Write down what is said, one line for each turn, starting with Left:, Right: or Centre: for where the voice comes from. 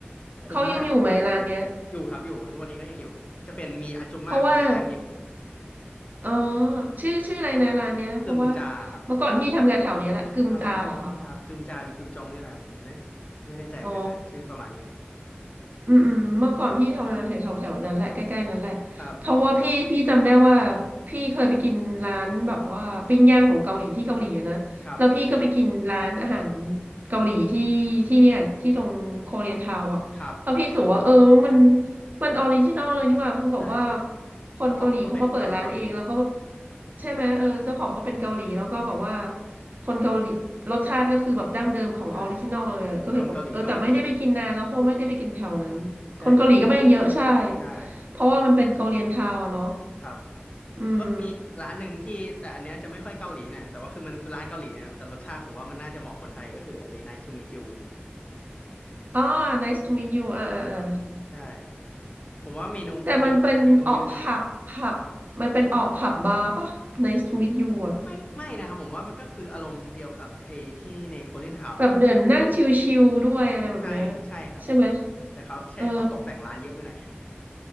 Left: คุ้มมาก
Right: เขายังอยู่ไหมร้านเนี้ย
Left: อยู่ครับอยู่ทุกวันนี้ก็ยังอยู่ก็จะเป็นมีอาจุมม่าคนหนึ่งนั่งอยู่
Right: เพราะว่าอ๋อชื่อชื่ออะไรนะร้านเนี้ยเพราะว่า
Left: กึมจาครับ
Right: เมื่อก่อนพี่ทำงานแถวเนี้ยแหละกึมจาเหรอคะ
Left: อ่ะรอครับชาบกึมจาหรือกึมจองเนี่ยแหละครับผมได้ไม่แน่ใจเหมือนกันแต่ชื่อประมาณนี้
Right: อ๋อ อืมอืมเมื่อก่อนพี่แถวนั้นแถวแถวนั้นแหละใกล้ๆนั้นแหละเพราะว่าพี่พี่จำได้ว่า
Left: ครับ
Right: พี่เคยไปกินร้านแบบว่าปิ้งย่างของเกาหลีที่เกาหลีอะนะแล้วพี่ก็ไปกินร้านอาหาร
Left: ครับ
Right: เกาหลีที่ที่เนี่ยที่ตรงโคเรียนทาวน์อ่ะแล้วพี่รู้สึกว่าเออมัน
Left: ครับ
Right: มันออริจินอลเลยนี่หว่าคือแบบว่า
Left: ใช่
Right: คนเกาหลีเขามาเปิดร้านเองแล้วก็แบบ
Left: เจ้าของก็เป็นคนเกาหลี
Right: ใช่ไหมเออเจ้าของก็เป็นเกาหลีแล้วก็แบบว่า คนเกาหลีรสชาติก็คือแบบดั้งเดิมของออริจินอลเลยอะก็เลยแบบเออแต่ไม่ได้ไปกินนานแล้วเพราะไม่ได้ไปกินแถวนั้นคนเกาหลีก็ไม่เยอะใช่
Left: ใช่คนเกาหลีก็มากินใช่ครับใช่
Right: เพราะว่ามันเป็นเกาหลีทาวน์อะเนาะ
Left: ครับ
Right: อืม
Left: แล้วก็มีร้านหนึ่งที่แต่อันเนี้ยจะไม่ค่อยเกาหลีนะแต่ว่าคือมันคือร้านเกาหลีนะครับแต่รสชาติผมว่ามันน่าจะเหมาะคนไทยก็คือไอ้ Nice to meet you
Right: อ๋อ nice to meet you อ่าอ่าอ่า
Left: ใช่ผมว่าเมนูมันมีเมนูเยอะดี
Right: แต่มันเป็นออกผับผับมันเป็นออกผับบาร์ป่ะ nice to meet you อะ
Left: ไม่ไม่นะครับผมว่ามันก็คืออารมณ์เดียวกับไอ้ที่ในโคลินทาวน์
Right: แบบเดินนั่งชิลๆด้วยอะไรแบบเนี้ย
Left: ใช่ฮะใช่ครับ
Right: ใช่ไหม
Left: แต่เขาแช่เขาตกแต่งร้านเยอะไปหน่อย
Right: เออ